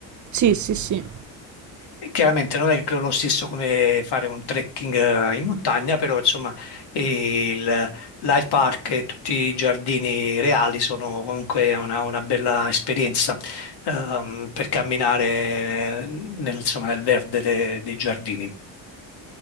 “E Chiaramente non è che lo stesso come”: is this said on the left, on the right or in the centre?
Left